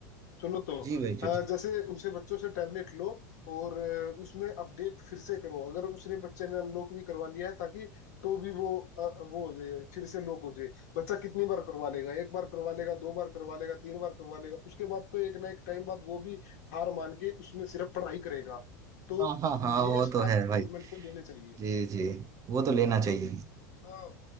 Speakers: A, on the left; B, on the right.
A: सुनो तो
B: जी भाई जी
A: अ,
B: जी
A: जैसे उनसे बच्चों से टैबलेट लो और अ, उसमें अपडेट फिर से करो अगर उसने बच्चे ने अनलॉक भी करवा लिया है ताकि तो भी वो अ, वो हो जाए फिर से लॉक हो जाए बच्चा कितनी बार करवा लेगा एक बार करवा लेगा दो बार करवा लेगा तीन बार करवा लेगा उसके बाद तो एक ना एक टाइम बाद वो भी हार मान के उसमें सिर्फ पढ़ाई करेगा तो
B: हाँ हाँ हाँ
A: ये
B: वो
A: स्टेप
B: तो है भाई
A: गवर्नमेंट को लेने चाहिए
B: जी जी वो तो लेना चाहिए
A: हाँ